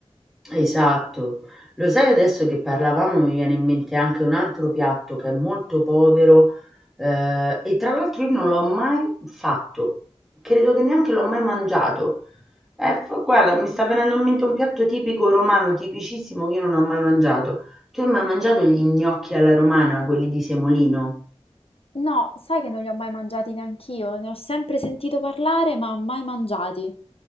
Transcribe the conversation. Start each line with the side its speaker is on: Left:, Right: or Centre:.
Centre: Esatto. Lo sai adesso che parlavamo mi viene in mente anche un altro piatto che è molto povero, ehm, e tra l'altro io non l'ho mai fatto, credo che neanche l'ho mai mangiato. Eh, f guarda, mi sta venendo in mente un piatto tipico romano, tipicissimo, che io non ho mai mangiato. Tu hai mai mangiato gli gnocchi alla romana, quelli di semolino?
Left: No, sai che non li ho mai mangiati neanch'io, ne ho sempre sentito parlare, ma mai mangiati.